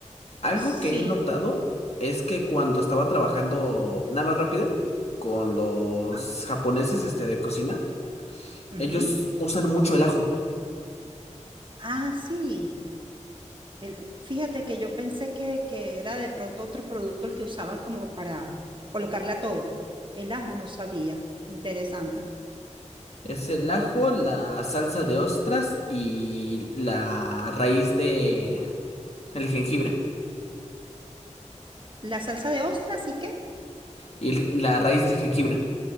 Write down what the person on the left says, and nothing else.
Algo
que he notado es que cuando estaba trabajando nada más rápido con los
japoneses, este, de cocina,
ellos usan mucho el ajo.
Es el ajo, la salsa de ostras y la raíz de el jengibre.
Y el- la raíz del jengibre.